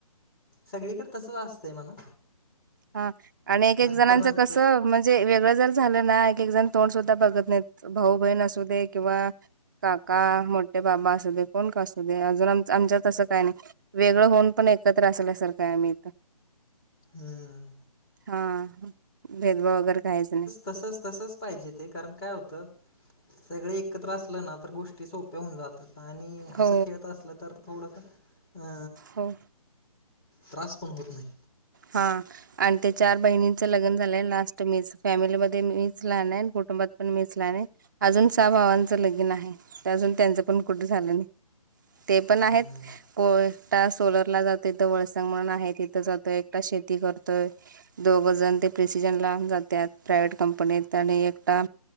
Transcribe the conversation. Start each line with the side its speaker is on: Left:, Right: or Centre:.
Left: सगळीकड तसस असतंय म्हणा.
Right: हा, आणि एक एक
Left: नंतर
Right: जणांचं
Left: नंतर
Right: कसं म्हण जे वेगळं जर झालं ना, एक एक जण तोंड सुद्धा बघत नाहीत भाऊ बहीण असू दे किंवा काका, मोठे बाबा असू दे, कोण का असू दे. अजून आम आमच्यात तसं काय नाही. वेगळं होऊन पण एकत्र असल्यासारखं आहे आम्ही इथ.
Left: हम्म,
Right: हा भेदभाव वगैरे काहीच नाही.
Left: तसच तसच पाहिजे ते. कारण काय होतं? सगळे एकत्र असलं ना, तर गोष्टी सोप्या होऊन जातात. आणि हसत
Right: हो
Left: खेळत असलं तर थोडस अ
Right: हो.
Left: त्रास पण होत नाही.
Right: हा, आणि ते चार बहिणींचं लगन झालंय लास्ट मीच फॅमिलीमध्ये मीच लहान आहे. कुटुंबात पण मीच लहान आहे. अजून सहा भावांचं लगीन आहे. ते अजून त्यांचं पण कुठे झालं नाही. ते पण आहेत,
Left: हम्म
Right: होय. एकटा सोलर ला जाते. तिथं वळसा मन आहे तिथं जातोय, एकटा शेती करतो. दोघजन ते प्रिसीजन लांब जात्यात प्रायव्हेट कंपनीत. आणि एकटा